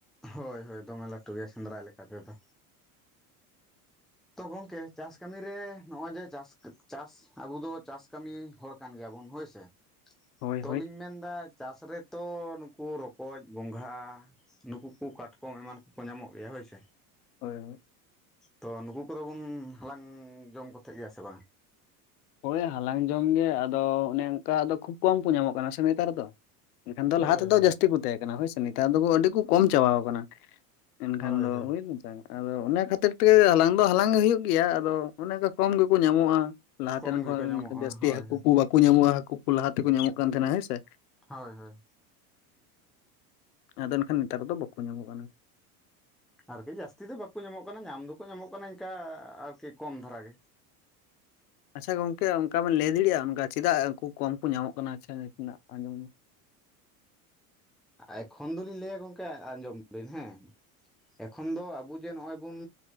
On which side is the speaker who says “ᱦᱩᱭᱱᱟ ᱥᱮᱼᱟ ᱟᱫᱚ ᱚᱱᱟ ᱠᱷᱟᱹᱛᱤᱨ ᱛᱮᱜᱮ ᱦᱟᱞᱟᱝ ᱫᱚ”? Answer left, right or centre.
Left